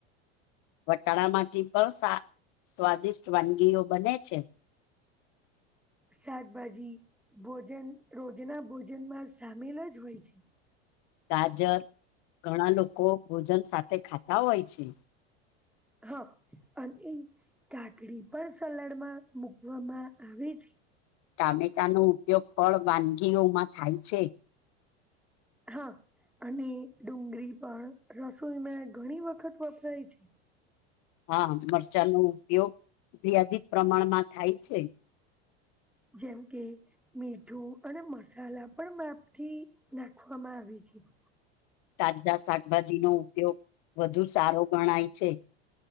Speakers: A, on the left; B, in the centre.
A: વટાણા માંથી પણ સા સ્વાદિષ્ટ વાનગીઓ બને છે.
B: શાકભાજી ભોજન રોજના ભોજનમાં સામેલ જ હોય છે.
A: ગાજર ઘણા લોકો ભોજન સાથે ખાતા હોય છે.
B: હા અને એ કાકડી પણ સલાડ માં મુકવામાં આવે છે.
A: ટામેટા નો ઉપયોગ ફળ વાનગીઓમાં થાય છે.
B: હા. અને ડુંગળી પણ રસોઈમાં ઘણી વખત વપરાય છે.
A: હા મરચાં નો ઉપયોગ મર્યાદિત પ્રમાણમાં થાય છે.
B: જેમ કે મીઠું અને મસાલા પણ માપ થી નાખવામાં આવી છે. છે
A: તાજા શાકભાજીનો ઉપયોગ વધુ સારો ગણાય છે.